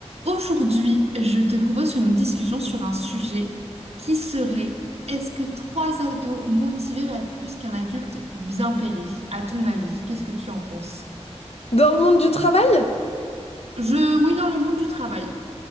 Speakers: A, on the right (about 65°); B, on the left (about 65°).
A: Aujourd'hui, je te propose une discussion sur un sujet qui serait est-ce que trois ados motivés valent plus qu'un adulte bien payé, à ton avis? Qu'est-ce que tu en penses?
B: Dans le monde du travail?
A: Je, oui, dans le monde du travail.